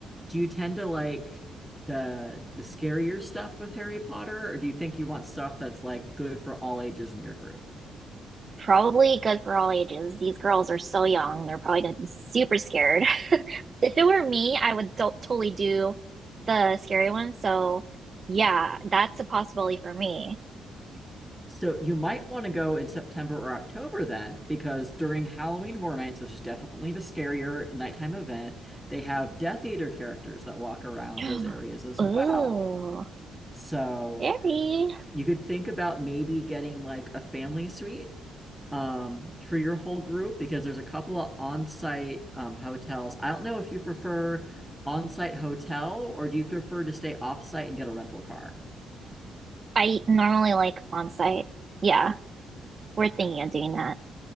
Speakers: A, in the centre; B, on the right (about 35°).
A: do you tend to like the the scarier stuff with Harry Potter, or do you think you want stuff that's like good for all ages in your group?
B: Probably good for all ages. These girls are so young. They're probably going to be super scared. If it were me, I would do totally do the scary one. So yeah, that's a possibility for me.
A: So you might want to go in September or October then, because during Halloween Horror Nights, which is definitely the scarier nighttime event, they have Death Eater characters that walk around
B: <gasps>
A: those areas as
B: Ooh,
A: well. So
B: scary.
A: you could think about maybe getting like a family suite um, for your whole group because there's a couple of on-site um, hotels. I don't know if you prefer on-site hotel or do you prefer to stay off-site and get a rental car?
B: I normally like on site. Yeah, we're thinking of doing that.